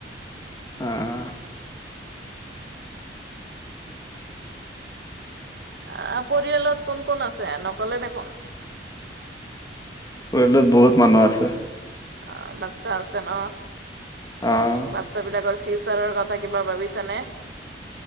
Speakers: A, on the left; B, on the right.
A: উম
B: অঁ পৰিয়ালত কোন কোন আছে নকলে দেখোন।
A: পৰিয়ালত বহুত মানুহ আছে
B: অ বাটচা আছে ন।
A: আহ
B: বাটচা বিলাকৰ ফিউচাৰৰ কথা কিবা ভাবিছে নে